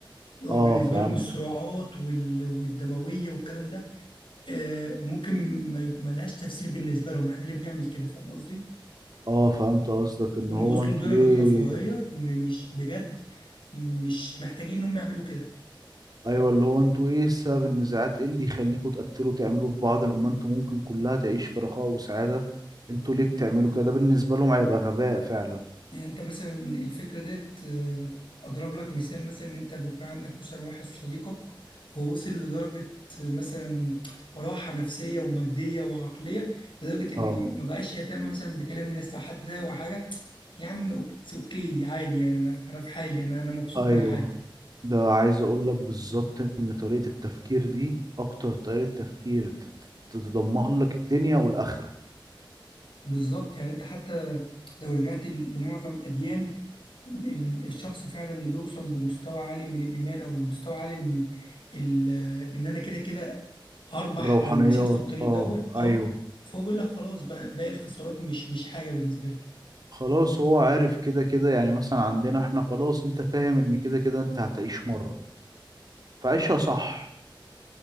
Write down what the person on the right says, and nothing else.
اه
فهمت
اه فهمت قصدك ان
هو
انتوا
ليه
ايوه اللي هو انتوا ايه سبب النزاعات ايه اللي يخليكوا تقتلوا تعملوا في بعض لما انتوا ممكن كلها تعيش في رخاء وسعادة انتوا ليه بتعملوا كده ده بالنسبة لهم هيبقى غباء فعلا
اه
ايوه
ده عايز اقول لك بالظبط ان طريقة التفكير دي اكتر طريقة تفكير ت- ت- تضمن لك الدنيا والاخرة
الروحانيات
اه
ايوه
خلاص هو عارف كده كده يعني مثلا عندنا احنا خلاص انت فاهم ان كده كده انت هتعيش مرة فعيشها صح